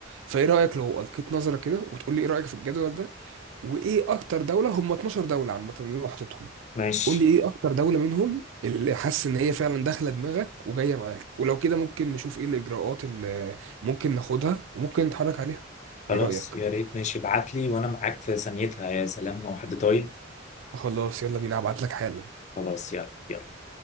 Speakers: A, on the right; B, on the left.
A: فايه رايك لو القيت نظره كده وتقول لي ايه رايك في الجدول ده وايه اكتر دوله هم 12 دوله عامه اللي انا حاططهم
B: ماشي
A: قول لي ايه اكتر دولة منهم اللي حاسس ان هي فعلا داخلة دماغك وجاية معاك ولو كده ممكن نشوف ايه الاجراءات اللي ممكن ناخدها وممكن نتحرك عليها
B: خلاص
A: ايه رأيك
B: يا ريت ماشي ابعت لي وانا معاك في ثانيتها يا سلام لو حد طايل
A: خلاص يلا بينا هبعت لك حالا
B: خلاص يلا يلا